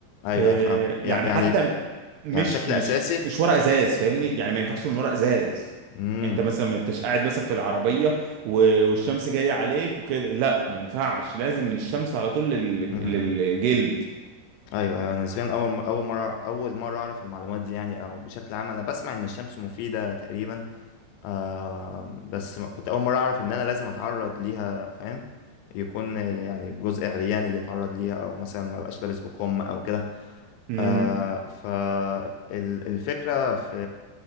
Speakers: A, on the left; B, on the right.
A: ايوه
B: آه،
A: ايوه فاهم
B: يعني
A: يع- يعني
B: حتى مش
A: يعني بشكل
B: مش
A: اساسي
B: مش ورق ازاز فاهمني يعني ما ينفعش من ورق ازاز
A: امم
B: انت مثلا ما انتش قاعد مثلا في العربيه و- والشمس جايه عليك وكده لا ما ينفعش لازم من الشمس على طول لل-
A: امم
B: للجلد
A: ايوه ايوه انا نسبيا اول م- اول مره اول مره اعرف المعلومات دي يعني او بشكل عام انا بسمع ان الشمس مفيده تقريبا آه بس ما- كنت اول مره اعرف ان انا لازم اتعرض ليها فاهم يكون يعني جزء عريان اللي يتعرض ليها او مثلا ما بقاش لابس بكم او كده
B: مم.
A: آه فالفكره في